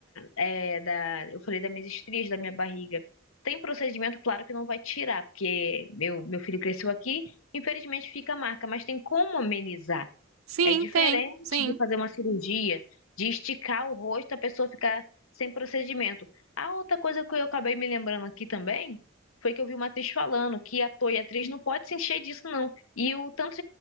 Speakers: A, on the left; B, on the right.
A: é, da, eu falei das minhas estrias, da minha barriga. Tem procedimento, claro que não vai tirar, porque meu, meu filho cresceu aqui, infelizmente fica a marca, mas tem como amenizar.
B: Sim,
A: É diferente
B: tem, sim.
A: de fazer uma cirurgia, de esticar o rosto, a pessoa ficar sem procedimento. A outra coisa que eu acabei me lembrando aqui também foi que eu vi uma atriz falando que ator e atriz não pode se encher disso, não. E o tanto,